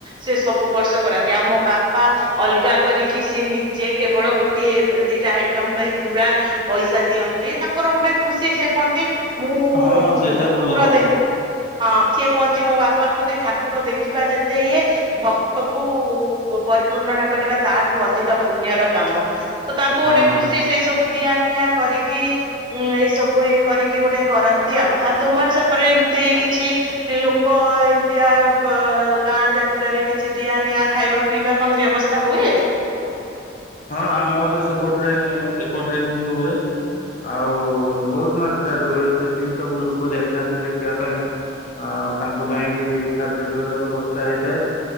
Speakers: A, on the right; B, on the left.
A: ସେ ସବୁ ବର୍ଷ କରନ୍ତି ଆଉ ମୋ ବାପା ଅଲଗା କରିକି ସେ ନିଜେ କେବଳ ଗୋେ ଗୋଟିଏ ଦିଟା ଆଇଟମ ପାଇଁ ପୁରା ପଇସା ଦିଅନ୍ତି ତାଙ୍କର ଗୋଟେ ଖୁସି ସେ କହନ୍ତି ମୁଁ
B: ହଁ ସେଇଟା ଭଲ
A: ପୁର ଦେ ହଁ କିିଏ କୁହନ୍ତି ମୋ ବାପା ବାପା କୁହନ୍ତି ଠାକୁର ଦେଖିବା ଯେତେ ଇଏ ଭକ୍ତକୁ ପରିପୂର୍ଣ୍ଣ ଟା କରିବା ତା ଠୁ ଅଧିକ ପୁଣ୍ୟର କାମ ତ ତାଙ୍କୁ
B: ହଁ।
A: ଗୋଟେ ଖୁସି ସେଇ ସବୁ ଦିଆ ନିଆ କରିକି ଏଇ ସବୁ ଇଏ କରିକି ଗୋଟେ କରନ୍ତି ଆଉ ଆଉ ତୁମର ସେପଟ ଏମତି କିଛି ଲୋକ ଏମିତିଆ ଗାଁ ଯାତ୍ରାରେ କିଛି ଦିଆ ନିଆ ଖାଇବା ପିଇବା କଣ ବ୍ୟବସ୍ଥା ହୁଏ
B: ହଁ ଆମର ସେପଟରେ ଏପଟରେ ଏମିତି ହୁଏ ଆଉ ବହୁତ ମାତ୍ରାରେ ହୁଏ ଯେତିକି ସବୁ ଲୋକ ଯାଇଥାନ୍ତି ଦେଖିବା ପାଇଁ ଅ ତାଙ୍କ ପାଇଁ ବି ଖାଦ୍ୟ ପେୟର ବ୍ୟବସ୍ଥା ହେଇଥାଏ